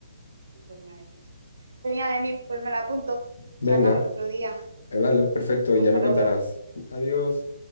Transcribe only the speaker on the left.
Venga,
eh, vale, perfecto,
ya me
contarás. <laughs> Adiós.